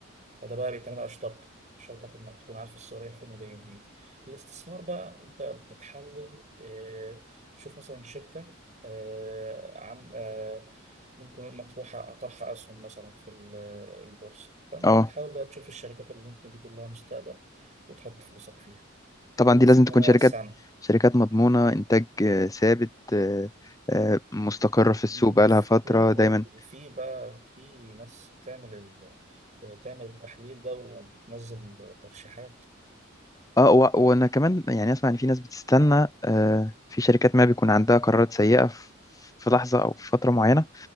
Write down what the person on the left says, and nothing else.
اه
طبعا
دي لازم تكون
شركات
شركات مضمونة انتاج آه، ثابت آه، آه، مستقرة في السوق
بقالها فترة دايما
اه و- وانا كمان يعني اسمع ان في ناس بتستنى آه، في شركات ما بيكون عندها قرارات سيئة في في لحظة او في فترة معينة